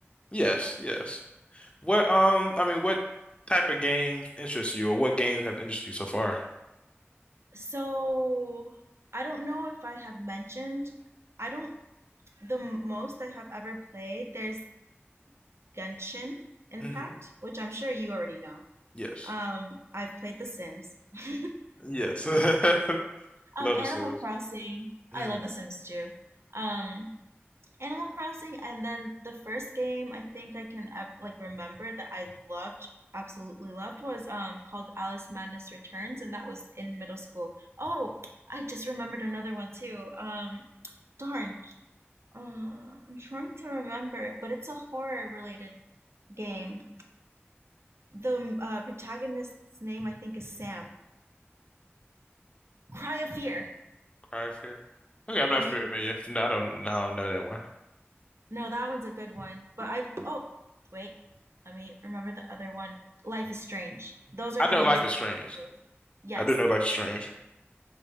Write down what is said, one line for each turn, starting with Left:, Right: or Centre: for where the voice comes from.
Left: Yes, yes. What um, I mean, what type of games interest you, or what games have interested you so far?
Right: So I don't know if I have mentioned. I don't. The most I have ever played, there's Genshin Impact,
Left: hmm
Right: which I'm sure you already know.
Left: Yes,
Right: Um, I've played The Sims. <laughs>
Left: yes. <laughs>
Right: Um,
Left: Love
Right: Animal
Left: the Sims.
Right: Crossing.
Left: Mm.
Right: I love The Sims too. Um, Animal Crossing, and then the first game I think I can ev- like remember that I loved, absolutely loved, was um called Alice Madness Returns, and that was in middle school. Oh, I just remembered another one too. Um, darn, uh, I'm trying to remember, but it's a horror related game. The uh, protagonist's name I think is Sam. Cry of Fear.
Left: Cry of Fear. Okay, I'm
Right: Have
Left: not familiar.
Right: you?
Left: No, I don't. No, I don't know that one.
Right: No, that one's a good one. But I've, oh, wait, let me remember the other one. Life is Strange. Those are
Left: I
Right: the
Left: know
Right: games
Left: Life
Right: I
Left: is
Right: have
Left: Strange.
Right: played. Yes.
Left: I do know Life is Strange.